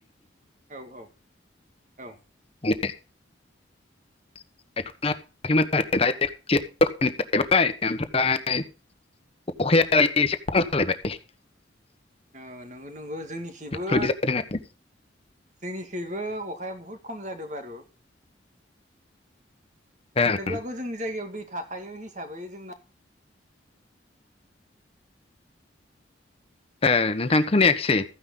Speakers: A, on the right (about 40°); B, on the left (about 30°).
A: औ औ औ।
B: मे <unintelligible> अखायालाय एसे खम जालायबाय
A: औ नंगौ नंगौ जोंनिखिबो
B: बेफोरबायदि जादों आरो
A: जोंनिखैबो अखाया बहुत खम जादों बारु थेवब्लाबो
B: ओं ओ
A: जोंनि जायगायाव दै थाखायो हिसाबै जोंना
B: ओ नोंथां खोनायाखिसै।